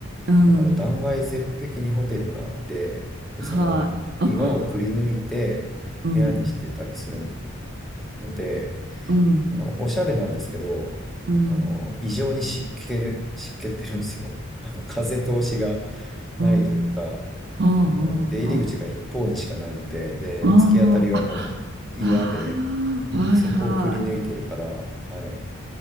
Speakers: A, on the right; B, in the centre.
A: うん。
B: だから、断崖絶壁にホテルがあって、で、
A: はい。
B: その、
A: あ、
B: 岩をくり抜いて部屋にしてたりする
A: うん、
B: ので、
A: うん、
B: あの、おしゃれなんですけど、
A: うん、
B: あの、異常に湿気る、湿気ってるんですよ。<laughs> あの、風通しがないというか、
A: うん。うんうんうん。
B: あの、出入り口が一方にしかないので、で、
A: あ
B: 突き当たりはもう岩で、
A: あ、ああはいは
B: そこをくり抜いてるから、はい。